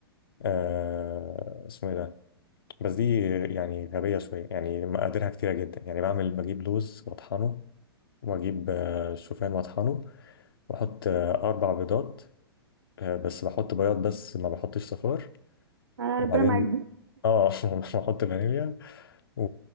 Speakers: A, on the left; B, on the right.
A: آه اسمه إيه ده بس دي يعني غبية شوية يعني مقاديرها كتيرة جدا يعني بعمل بجيب لوز وأطحنه وأجيب آه، شوفان وأطحنه بحط آه، أربع بيضات آه، بس بحط بياض بس ما بحطش صفار
B: آه،
A: وبعدين
B: ربنا معاك
A: اه <laughs> بحط فانيليا و...